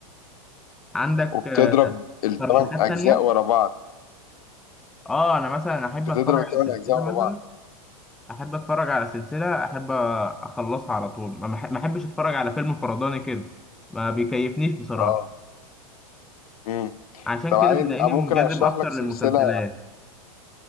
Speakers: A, in the centre; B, on the left.
A: عندك
B: وبتضرب
A: آه،
B: الثمان
A: ترشيحات
B: أجزاء
A: تانية؟
B: ورا بعض
A: اه انا مثلا احب
B: بتضرب
A: اتفرج على
B: الثمان
A: سلسلة
B: أجزاء ورا
A: مثلا
B: بعض
A: احب اتفرج على سلسلة احب اخلصها على طول ما بح- ما احبش اتفرج على فيلم فرداني كده ما بيكيفنيش بصراحة
B: اه امم
A: عشان
B: طب
A: كده
B: عايز
A: تلاقيني
B: آه، ممكن
A: منجذب
B: أشرح
A: اكتر
B: لك
A: للمسلسلات
B: سلسلة